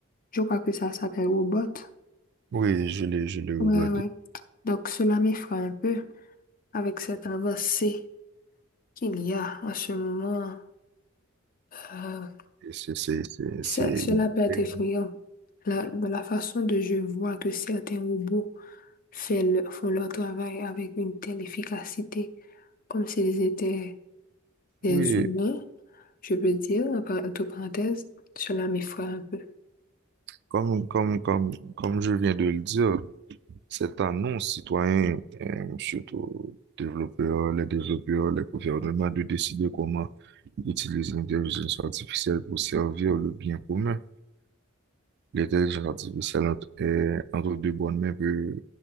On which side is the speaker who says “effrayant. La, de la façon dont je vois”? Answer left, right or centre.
Left